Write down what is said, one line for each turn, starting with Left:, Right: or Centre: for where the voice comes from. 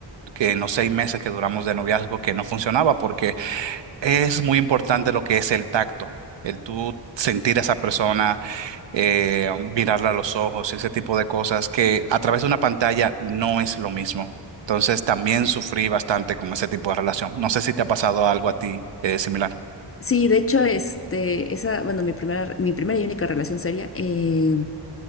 Right: que en los seis meses que duramos de noviazgo que no funcionaba porque es muy importante lo que es el tacto, el tú sentir a esa persona eh, mirarla a los ojos, ese tipo de cosas que a través de una pantalla no es lo mismo. Entonces también sufrí bastante con ese tipo de relación. No sé si te ha pasado algo a ti eh, similar.
Left: Sí, de hecho, este, esa, bueno, mi primera, mi primera y única relación seria, eh,